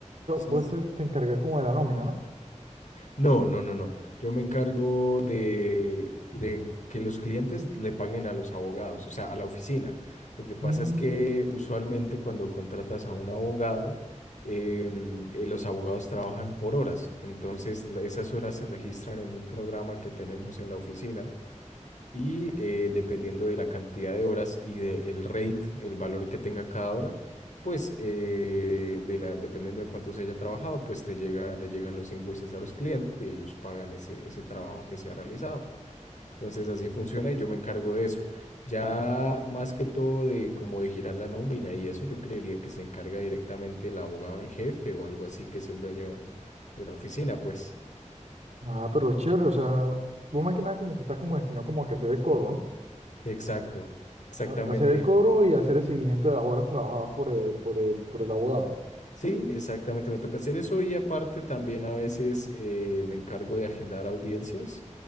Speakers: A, on the left; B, on the right.
A: Entonces...
B: vos te, te encargas como de la nómina, ¿no?
A: No, no, no, no. Yo me encargo de, de que los clientes le paguen a los abogados, o sea, a la oficina. Lo que pasa
B: Mm,
A: es que usualmente cuando contratas a un abogado, em, eh, los abogados trabajan por horas. Entonces, la- esas horas se registran en un programa que tenemos en la oficina y eh, dependiendo de la cantidad de horas y del rate, el valor que tenga cada hora, pues eh, de la, dependiendo de cuánto se haya trabajado, pues te llega, le llegan los invoices a los clientes y ellos pagan ese, ese trabajo que se ha realizado. Entonces así funciona y yo me encargo de eso. Ya más que todo de como de girar la nómina y eso, yo creería que se encarga directamente el abogado en jefe o algo así que es el dueño de la oficina, pues.
B: ah, pero chévere, o sea, vos más que nada como que estás como destinado como a que hacer el cobro, ¿no?
A: Exacto, exactamente.
B: a hacer el cobro y hacer el seguimiento de las horas trabajadas por el, por el, por el abogado.
A: Sí, exactamente, me toca hacer eso y aparte también a veces eh, me encargo de agendar audiencias.